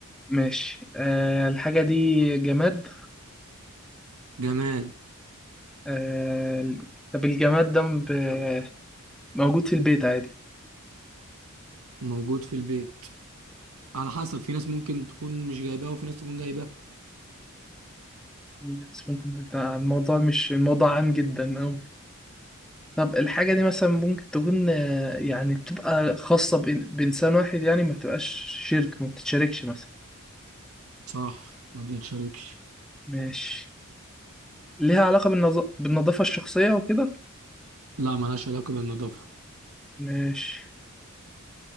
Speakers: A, in the centre; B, on the right.
A: ماشي أه الحاجه دي جماد
B: جماد
A: أه طب الجماد ده ب- موجود في البيت عادي
B: موجود في البيت على حسب في ناس ممكن تكون مش جايباه وفي ناس تكون جايباه
A: الناس ممكن بتاع الموضوع مش الموضوع عام جدا أوي طب الحاجة دي مثلا ممكن تكون آه، يعني بتبقى خاصة بإن- بإنسان واحد يعني ما بتبقاش شركة ما بتتشاركش مثلا
B: صح ما بتتشاركش
A: ماشي ليها علاقة بالنظ... بالنظافة الشخصية وكده
B: لا ملهاش علاقة بالنظافة
A: ماشي